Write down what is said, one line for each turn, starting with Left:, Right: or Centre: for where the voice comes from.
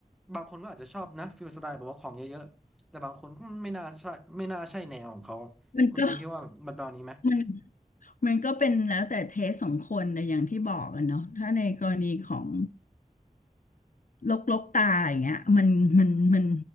Centre: บางคนก็อาจจะชอบนะฟิลสไตล์แบบว่าของเยอะๆแต่บางคนก็ไม่น่าใช่ไม่น่าใช่แนวของเขาอะคุณปิงคิดว่าแบบแบบนี้ไหม
Left: มันก็มันมันก็เป็นแล้วแต่เทสของคนแต่อย่างที่บอกกันเนาะถ้าในกรณีของ ลกลกตาอย่างเงี้ยมันมันมัน